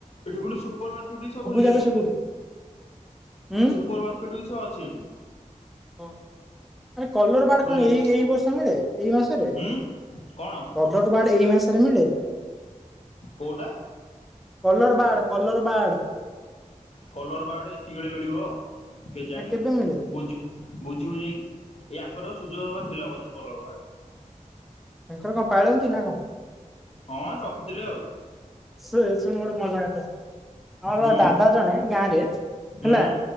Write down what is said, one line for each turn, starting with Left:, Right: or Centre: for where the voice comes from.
Left: ଏଠି ଫୁଣି ସୁପର ମାର୍କେଟସ ଖୋଲିଗଲାଣି
Centre: ଯାକ ସେ କରୁଛି। ହୁଁ।
Left: ସୁପର ମା ସେଠୁ ଦୁଇଷ ଅଛି ଏଠି।
Centre: ଅଁ ହଁ ଆରେ କଲର୍ ବାଡ
Left: ଖୋଲିଗଲେ
Centre: କଣ ଏଇ ଏଇ ବର୍ଷ ଅଣାଯାଏ ଏଇ ମାସରେ?
Left: ହୁଁ କଣ
Centre: କଲଜ ବାଡ୍ ଏଇ ମାସରେ ମିଳେ?
Left: କୋଉଟା?
Centre: କଲର ବାଡ କଲର ବାଡ।
Left: କଲର୍ ବାର୍ଡ଼ ଏତିକିିବେଳେ ମିଳିବ କେଜାଣି
Centre: ନା କେବେ ମିଳେ
Left: ବୁଝି ବୁଝିବୁ ଯାଇକି, ଏଇ ଆଙ୍କର ସୁଯୋଗବା ଥିଲା ବୋଧେ କଲର ୱାର୍ଡ।
Centre: ତାଙ୍କର କଣ ପାଳନ୍ତି ନା କଣ?
Left: ହଁ ରଖିଥିଲେ ଆଉ।
Centre: ଶୁଏ ଶୁଣ ଗୋଟେ ମଜା କଥା ଶୁଣ। ଆମର
Left: ହୁଁ
Centre: ଦାଦା ଜଣେ ଗାଁ ରେ
Left: ହୁଁ
Centre: ହେଲା